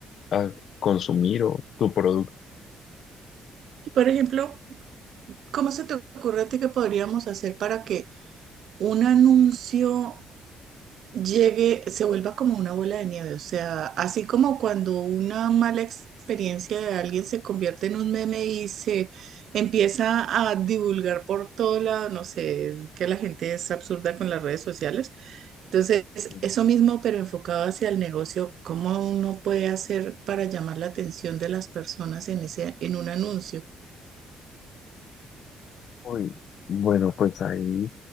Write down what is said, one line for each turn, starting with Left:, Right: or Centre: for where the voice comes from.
Left: a consumir o tu producto.
Right: Y, Por ejemplo, ¿cómo se te ocurre a ti que podríamos hacer para que un anuncio llegue, se vuelva como una bola de nieve. O sea, así como cuando una mala experiencia de alguien se convierte en un meme y se empieza a divulgar por todo lado, no sé, es que la gente es absurda con las redes sociales. Entonces,
Left: en-
Right: eso mismo, pero enfocado hacia el negocio, ¿cómo uno puede hacer para llamar la atención de las personas en ese, en un anuncio?
Left: Uy, bueno, pues ahí,